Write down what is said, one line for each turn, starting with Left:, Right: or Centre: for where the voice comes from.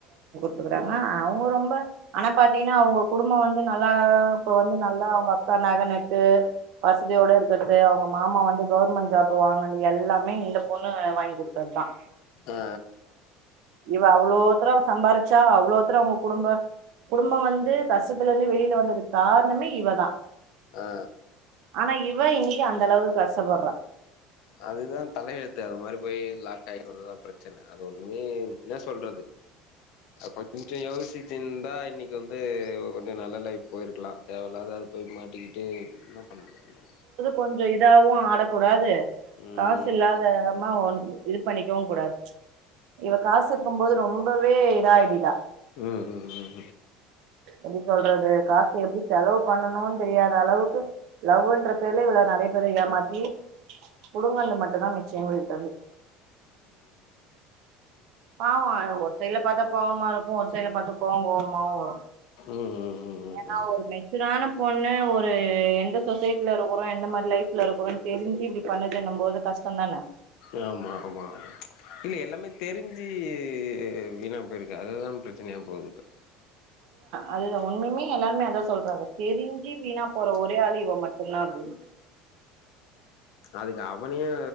Right: கொடுக்குறாங்க அவுங்க ரொம்ப ஆனா பாத்தீங்கன்னா அவுங்க குடும்பம் வந்து நல்லா இப்ப வந்து நல்லா அவுங்க அக்கா நகனட்டு வசதியோட இருக்கிறத்து அவுங்க மாமா வந்து கவர்மெண்ட் ஜாப்பு வாங்கண்து எல்லாமே இந்த பொண்ணு வாங்கி குடுத்தது தான்
Left: ஆ
Right: இவ அவ்ளோத்தர சம்பாரிச்சா அவ்ளோத்தர அவங்க குடும்ப குடும்பம் வந்து கஷ்டத்துல இருந்து வெளில வந்ததுக்கு காரணமே இவ தான்
Left: ஆ ஆ
Right: ஆனா இவ இன்னைக்கு அந்த அளவுக்கு கஷ்டப்பறா
Left: அதுதான் தலயெழுத்து அது மாரி போய் லாக் ஆயிரதுதான் பிரச்சனை அது ஒண்ணுமே என்ன சொல்றது கொஞ் சோ யோசிச்சிந்தா இன்னக்கி வந் அது கொஞ்சம் நல்ல லைப் போயிருக்கலாம் தேவையில்லாத அது போயி மாட்டிக்கிட்டு என்ன பண்ண முடியும் ஒன்னும் பண்ண
Right: கொஞ்சம் இதாவும் ஆடக்கூடாது
Left: ம்
Right: காசு இல்லாதமா ஒ இது பண்ணிக்கவும் கூடாது இவ காசு இருக்கும்போது ரொம்பவே இதாடிட்டா
Left: ம் ம் ம் ம்
Right: எப்டி சொல்றது காச எப்படி செலவு பண்ணணும்னு தெரியாத அளவுக்கு லவ்ன்ற பேர்ல இவள நறயா பேர ஏமாத்தி புடுங்னது மட்டும்தான் மிச்சம் இவள்ட்டருந்து பாவம் ஒரு சைட்ல பாத்தா பாவமா இருக்கும் ஒரு சைட்ல பாத்தா கோவம் கோவமாவும் வரும்
Left: ம் ம் ம்
Right: ஏன்னா
Left: ம்
Right: ஒரு மெச்சூரான பொண்ணு ஒரு எந்த சொசைட்டில இருக்கிறோம் எந்த மாரி லைஃப்ல இருக்கிறோம் தெரிஞ்சி இப்டி பண்ணதுன்னும் போது கஷ்டம் தான
Left: ஆமா ஆமா ஆமா இல்ல எல்லாமே தெரிஞ்சி சி வீணா போயிருக்கு அதுதான் பிரச் சினையா போது இப்ப
Right: அதுதான் உண்மைமே எல்லாருமே அதான் சொல்றாங்க தெரிஞ்சி வீணா போற ஒரே ஆளு இவ மட்டும்தா அப்படின்ட்டு
Left: அதுக்கு அவனேயே